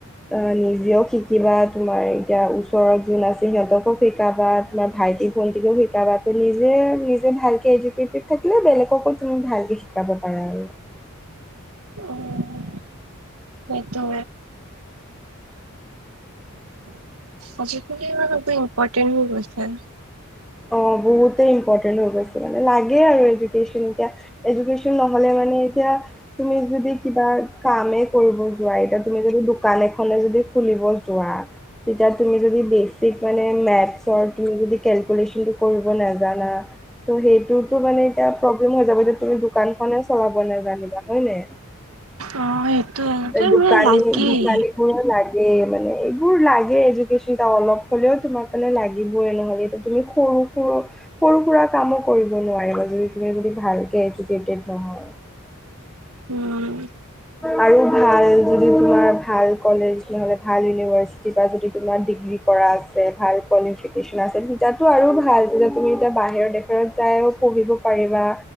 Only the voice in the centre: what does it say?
অ নিজেও শিকিবা তোমাৰ এতিয়া ওচৰত যোন আছে সিহঁতকো শিকাবা- বা তোমাৰ ভাইটি ভন্টিকো শিকাবা তুমি নিজে নিজে ভালকে এডকেতেদ থাকি লে বেলেগকো তুমি ভালকে শিকাব পাৰা আৰু।
অ বহুতেই ইম্পৰ্টেণ্ট হৈ গৈছে মানে লাগে আৰু এডুকেশ্বন এতিয়া। এডুকেশ্বন নহ'লে মানে এতিয়া তুমি যদি কিবা কামে কৰিব যোৱা এতিয়া তুমি- যদি দোকান এখনে যদি খুলিব যোৱা। তেতিয়া তুমি যদি বেচিক মানে মেত্চৰ তুমি যদি কেলকুলেচন- কিন্তু কৰিব নেজানা ত' সেইটোতো মানে- এতিয়া প্ৰব্লেম হৈ যাব যদি তুমি দোকানখনে চলাব নেজানিবা হয় নে।
এই দোকানী
দোকানীবোৰৰ- লাগেই মানে এইবোৰ লাগে এডুকেশ্বন এটা অলপ হ'লেও তোমাৰ ফালে লাগিবই এ নহ'লে এতিয়া তুমি- সৰু সুৰা - সৰু সুৰা কামো কৰিব নোৱাৰিবা যদি তুমি যদি ভালকে এডুকেটেড নহয়।
আৰু ভাল যদি তোমাৰ ভাল কলেজ নহ'লে ভাল ইউনিভাৰ্চিটি বা যদি তোমাৰ ডিগ্ৰী- কৰা আছে ভাল কোৱালিফিকেচন আছে তেতিয়াতো আৰু ভাল যেতিয়া তুমি এতিয়া বাহিৰৰ দেশত যায়ো পঢ়িব- পাৰিবা